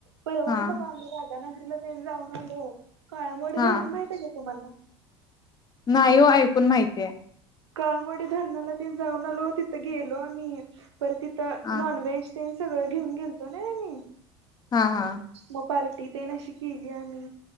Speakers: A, on the right; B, on the left.
A: परवाच
B: हा
A: बघा आम्ही राजानगरीला ते जाऊन <inaudible> आलो काळमवाडी
B: हा
A: धरून माहिती आहे का? तुम्हाला
B: नाही ओ ऐकून माहितीय
A: काळमवाडी धरणाला तेन जाऊन आलो तिथं गेलो आम्ही परत तिथं
B: हा
A: नॉनव्हेज तेन सगळं घेऊन गेलतो नाही आम्ही
B: हा -हा
A: मग पार्टी तेन अशी गेली आम्ही